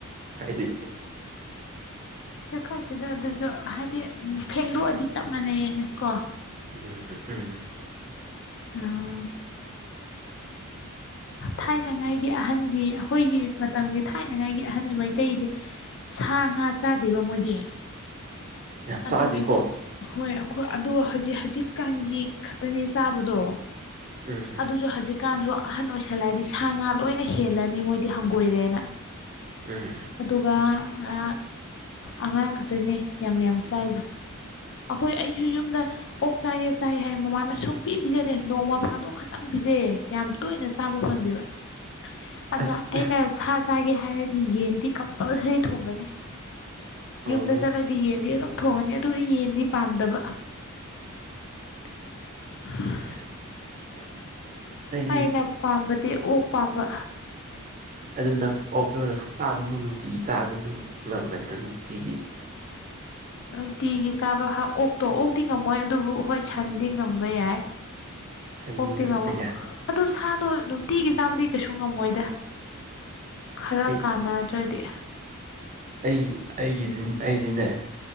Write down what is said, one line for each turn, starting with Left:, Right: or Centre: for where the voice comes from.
Right: ꯈꯣꯏꯗꯤ
Left: ꯀꯩꯁꯨ ꯀꯥꯏꯗꯦꯗ ꯑꯗꯨꯖꯨ ꯍꯥꯏꯗꯤ ꯐꯦꯡꯗꯣꯛꯑꯗꯤ ꯆꯞ ꯃꯥꯟꯅꯩꯌꯦ ꯀꯣ
Right: ꯎꯝ ꯎꯝ ꯎꯝ
Left: ꯎꯝ ꯊꯥꯏꯅꯉꯥꯏꯒꯤ ꯑꯍꯟꯒꯤ ꯑꯈꯣꯏꯒꯤ ꯃꯇꯝꯒꯤ ꯊꯥꯏꯅꯉꯥꯏꯒꯤ ꯑꯍꯟꯗꯤ ꯃꯩꯇꯩꯗꯤ ꯁꯥ ꯉꯥ ꯆꯥꯗꯦꯕ ꯃꯣꯏꯗꯤ
Right: ꯌꯥꯝ
Left: ꯑꯗꯨꯒꯤꯅꯦ
Right: ꯆꯥꯗꯦꯀꯣ
Left: ꯍꯣꯏ ꯑꯩꯈꯣꯏ ꯑꯗꯣ ꯍꯖꯤꯛ ꯍꯖꯤꯛꯀꯥꯟꯒꯤ ꯈꯛꯇꯅꯦ ꯆꯥꯕꯗꯣ
Right: ꯎꯝ
Left: ꯑꯗꯨꯖꯨ ꯍꯖꯤꯛꯀꯥꯟꯁꯨ ꯑꯍꯟ ꯑꯣꯏꯁꯜꯂꯑꯗꯤ ꯁꯥ ꯉꯥ ꯂꯣꯏꯅ ꯍꯦꯜꯂꯅꯤ ꯃꯣꯏꯗꯤ ꯍꯪꯒꯣꯏꯔꯦꯅ
Right: ꯎꯝ
Left: ꯑꯗꯨꯒ ꯑ ꯑꯉꯥꯡ ꯈꯛꯇꯅꯦ ꯌꯥꯝ ꯌꯥꯝ ꯆꯥꯏꯖꯦ ꯑꯈꯣꯏ ꯑꯩꯖꯨ ꯌꯨꯝꯗ ꯑꯣꯛ ꯆꯥꯏꯒꯦ ꯆꯥꯏꯒꯦ ꯍꯥꯏ ꯃꯃꯥꯅ ꯁꯨꯡꯄꯤ ꯄꯤꯖꯗꯦ ꯅꯣꯡꯃ ꯐꯥꯗꯣꯛ ꯈꯛꯇꯪ ꯄꯤꯖꯩꯌꯦ ꯌꯥꯝ ꯇꯣꯏꯅ ꯆꯥꯕ ꯐꯪꯗꯦꯕ <inaudible> ꯑꯗꯥ
Right: ꯑꯁ
Left: ꯑꯩꯅ ꯁꯥ ꯆꯥꯒꯦ ꯍꯥꯏꯔꯗꯤ ꯌꯦꯟꯗꯤ ꯀꯝꯄꯜꯁꯔꯤ ꯊꯣꯡꯒꯅꯤ
Right: ꯎꯝ
Left: ꯌꯨꯝꯗ ꯆꯠꯂꯗꯤ ꯌꯦꯟꯗꯤ ꯑꯗꯨꯝ ꯊꯣꯡꯉꯅꯤ ꯑꯗꯨ ꯌꯦꯟꯗꯤ ꯄꯥꯝꯗꯕ <unintelligible>
Right: <inaudible> ꯑꯩꯗꯤ
Left: ꯑꯩꯅ ꯄꯥꯝꯕꯗꯤ ꯑꯣꯛ ꯄꯥꯝꯕ
Right: ꯑꯗꯨ ꯅꯪ ꯑꯣꯛꯇꯣ ꯍꯞꯇꯥ ꯑꯃꯃꯨꯛ ꯅꯨꯡꯇꯤꯒꯤ ꯆꯥꯕ ꯅꯨꯡ ꯉꯝꯒꯗ꯭ꯔꯥ ꯅꯨꯡꯇꯤꯒꯤ
Left: ꯅꯨꯡꯇꯤꯒꯤ ꯆꯥꯕ ꯍꯥ ꯑꯣꯛꯇꯣ ꯑꯣꯛꯇꯤ ꯉꯝꯃꯣꯏ ꯑꯗꯨꯕꯨ ꯍꯣꯏ ꯁꯟꯗꯤ ꯉꯝꯕ ꯌꯥꯏ
Right: ꯁꯟꯗꯤ
Left: ꯑꯣꯛꯇꯤ
Right: ꯉꯝꯕ
Left: ꯉꯝ
Right: ꯌꯥꯏ
Left: ꯑꯗꯨ ꯁꯥꯗꯣ ꯅꯨꯡꯇꯤꯒꯤ ꯆꯥꯕꯗꯤ ꯀꯩꯁꯨ ꯉꯝꯃꯣꯏꯗ ꯈꯔ
Right: ꯑꯩ
Left: ꯀꯥꯟꯅꯗ꯭ꯔꯗꯤ
Right: ꯑꯩ ꯑꯩꯒꯤꯗꯤ ꯑꯩꯗꯤꯅꯦ